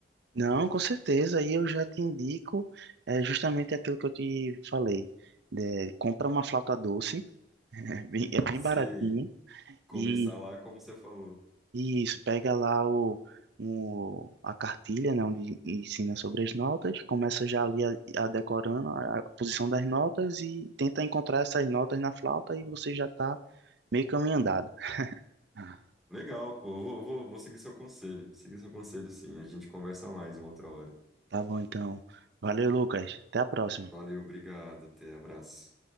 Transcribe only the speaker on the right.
Não, com certeza. E eu já te indico é, justamente aquilo que eu te falei. né, compra uma flauta doce, <laughs> é bem, é bem
baratinho.
E,
e isso, pega lá o, o- a cartilha, né, onde ensina sobre as notas. Começa já ali a, a decorando a, a posição das notas e tenta encontrar essas notas na flauta e você já está meio caminho andado. Ah,
Tá bom, então. Valeu, Lucas. Até a próxima.